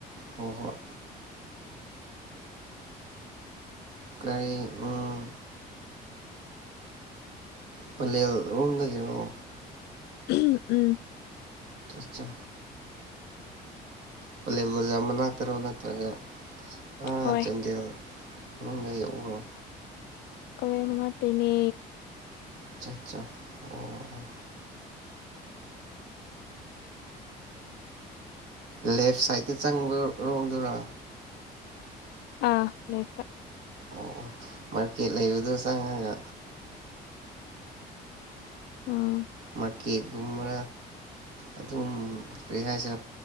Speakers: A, on the right; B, on the left.
A: ꯍꯣ ꯍꯣꯏ ꯀꯔꯤ ꯎꯝ ꯄꯂꯦꯜ ꯔꯣꯝꯗꯒꯤꯔꯣ
B: ꯎꯝ
A: ꯆꯥ ꯆꯥ ꯄꯂꯦꯜ ꯕꯖꯔ ꯃꯅꯥꯛꯇꯔꯣ ꯅꯠꯇ꯭ꯔꯒ ꯑꯥ
B: ꯍꯣꯏ
A: ꯆꯟꯗꯦꯜ ꯃꯅꯨꯡꯗ ꯌꯥꯎꯕꯔꯣ
B: ꯄꯂꯦꯟ ꯃꯅꯛꯇꯩꯅꯦ
A: ꯑꯆꯥ ꯑꯆꯥ ꯑꯣ ꯂꯦꯐ ꯁꯥꯏꯗꯇ ꯆꯪꯕ ꯔꯣꯝꯗꯨꯔ
B: ꯑꯥ ꯂꯦꯞꯇ
A: ꯑꯣ ꯑꯣ ꯃꯥꯔꯀꯦꯠ ꯂꯩꯕꯗꯣ ꯆꯪꯉꯒ
B: ꯎꯝ
A: ꯃꯥꯔꯀꯦꯠꯒꯨꯝꯕ ꯑꯗꯨꯝ ꯀꯔꯤ ꯍꯥꯏꯁꯤꯔ